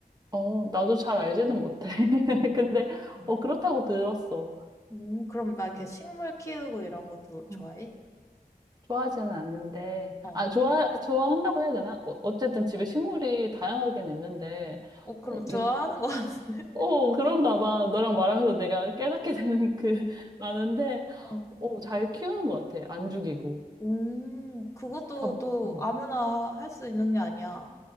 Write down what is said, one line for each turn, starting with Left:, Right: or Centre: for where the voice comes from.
Right: 어, 나도 잘 알지는 못해. <laughs>
Left: 음,
Right: 근데,
Left: 음.
Right: 어, 그렇다고 들었어.
Left: 음, 그럼 막 이렇게
Right: 어,
Left: 식물 키우고 이런 것도 좋아해?
Right: 어, 좋아하지는 않는데,
Left: 어.
Right: 아, 좋아, 좋아한다고 해야 되나? 어, 어쨌든 집에 식물이 다양하긴 있는데,
Left: 어, 그럼
Right: 어,
Left: 좋아하는
Right: 이,
Left: 거 같은데?
Right: 어, 그런가 봐. 너랑 말하면서 내가 깨닫게 되는 그, <laughs> 많은데,
Left: <laughs>
Right: 어, 잘 키우는 것 같아. 안 죽이고.
Left: 음, 그것도
Right: 다,
Left: 또
Right: 음.
Left: 아무나 할 수 있는 게 아니야.